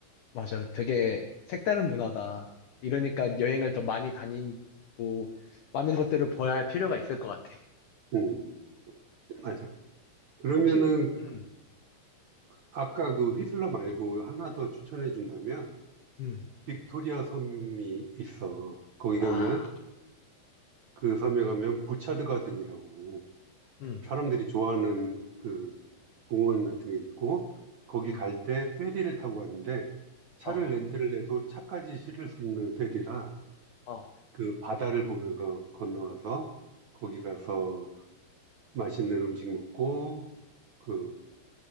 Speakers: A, on the left; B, on the right.
A: 맞아요. 되게 색다른 문화다. 이러니까 여행을 더 많이 다니고 많은 것들을 봐야 할 필요가 있을 것 같아.
B: 음, 맞아. 그러면은
A: 혹시 음,
B: 아까 그 휘슬러 말고 하나 더 추천해 준다면
A: 음,
B: 빅토리아 섬이 있어. 거기
A: 아,
B: 가면 그 섬에 가면 부차드 가든이라고
A: 음,
B: 사람들이 좋아하는 그 공원 같은 게 있고 거기
A: 음,
B: 갈 때 페리를 타고 가는데 차를
A: 아,
B: 렌트를 해도 차까지 실을 수 있는 페리라
A: 어,
B: 그 바다를 보면서 건너가서 거기 가서 맛있는 음식 먹고 그